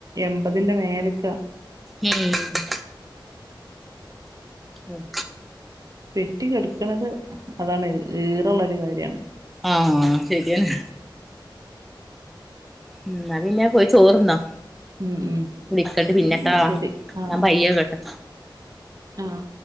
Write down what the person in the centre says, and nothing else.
ഉം ഉം
ആഹ് ശരിയാണ്. ഉം ന്നാ പിന്നെ പോയി ചോറിന്നോ
വിളിക്കണ്ട്
പിന്നെട്ടോ
ഞാൻ കയ്യ കേട്ടെ